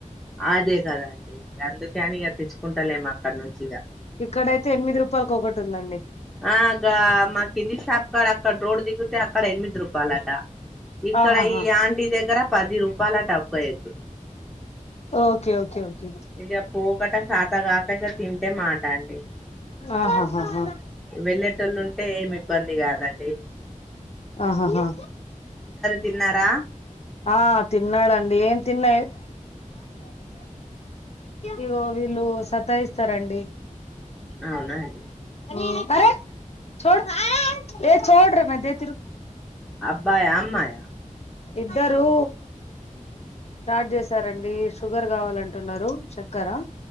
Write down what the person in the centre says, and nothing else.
అదే కదండి ఇగ అందుకే అని ఇగ తెచ్చుకుంటలేము అక్కడ నుంచి ఇగ
ఆ గా మా కింది షాప్ కాడ అక్కడ రోడ్డు దిగుతే అక్కడ ఎనిమిది రూపాలట ఇక్కడ
ఈ ఆంటీ దగ్గర పది రూపాలట ఒక ఎగ్
ఇగ పోకట శాతగాక ఇగ తింటే మాట అండి
వెళ్ళేటోళ్ళు ఉంటే ఏమి ఇబ్బంది గాదండి
తిన్నారా
అవునా అండి
అబ్బాయ అమ్మాయ